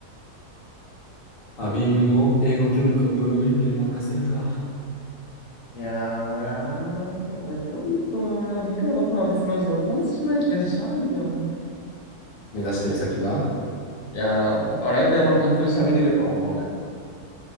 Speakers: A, on the left; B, on the left.
A: アビームも英語教育をプログリッドに任せるか。
B: いやー、俺はなー、俺はなーミクロのサービスマジで俺本質じゃない気がしてしゃあないんだよな。
A: 目指してる先が
B: いやー、ほあれで俺本当に喋れるとは思わない。